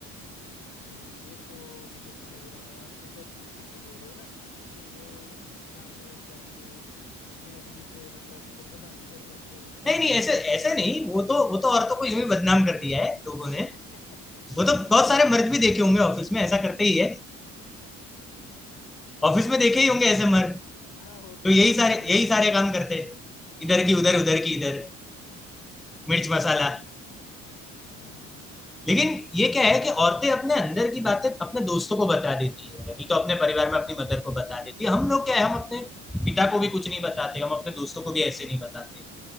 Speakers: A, on the left (about 80°); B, in the centre.
A: नहीं ये तो मतलब समझ रहा हूँ आप मतलब उस चीज़ पे बोल रहे हो ना कि वो शाम में जाके किसी ना किसी से मतलब इधर का बात उधर करते हैं उस चीज़
B: नहीं
A: के
B: नहीं
A: बारे
B: ऐसे
A: में
B: ऐसे नहीं वो तो वो तो औरतों को यूं ही बदनाम कर दिया है
A: <laughs>
B: लोगों ने वो तो बहुत सारे मर्द भी देखे होंगे ऑफिस में ऐसा करते ही है ऑफिस
A: अच्छा
B: में देखे ही होंगे ऐसे मर्द
A: हाँ होता
B: तो यही
A: तो
B: सारे
A: है
B: यही
A: हमारे
B: सारे
A: यहाँ
B: काम
A: भी
B: करते हैं इधर
A: <laughs>
B: की उधर उधर की इधर मिर्च मसाला
A: हाँ
B: लेकिन ये क्या है कि औरतें अपने अंदर की बातें अपने दोस्तों को बता देती है नहीं तो अपने परिवार में अपनी मदर को बता देती है हम लोग क्या है हम अपने पिता को भी कुछ नहीं बताते हम अपने दोस्तों को भी ऐसे नहीं बताते